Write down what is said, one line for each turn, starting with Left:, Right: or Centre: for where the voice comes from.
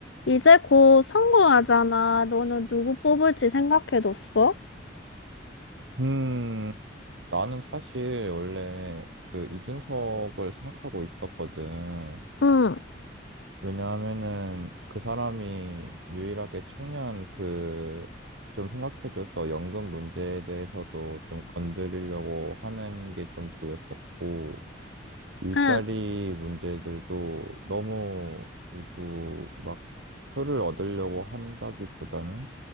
Left: 이제 곧 선거하잖아. 너는 누구 뽑을지 생각해뒀어?
Right: 음, 나는 사실 원래 그 이준석을 생각하고 있었거든.
Left: 응,
Right: 왜냐하면은 그 사람이 유일하게 청년 그 좀 생각해줘서 연금 문제에 대해서도 좀 건드리려고 하는 게 좀 보였었고, 일자리
Left: 응.
Right: 문제들도 너무 누구 막 표를 얻으려고 한다기보다는